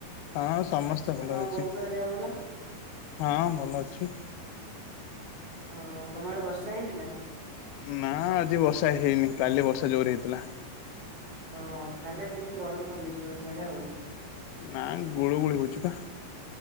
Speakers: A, on the left (about 85°); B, on the right (about 35°).
A: ଆ ହଁ ସମସ୍ତେ
B: ଆଉ
A: ଭଲ
B: ତମ
A: ଅଛି
B: ବୋଉଙ୍କର ଦେହ ଭଲ
A: ହଁ ଭଲ ଅଛି।
B: ଓ ତମ ଆଡେ ବର୍ଷା ହେଇଥିଲା?
A: ନା ଆଜି ବର୍ଷା ହେଇନି କାଲି ବର୍ଷା ଜୋର ହେଇଥିଲା।
B: ଓହ ତାହଲେ ଏବେ ଟିକେ ଗରମ କମିଜିବଣି ସିଆଡେ ଆଉ।
A: ନା ଗୁଳୁଗୁଳି ହଉଚି ପା।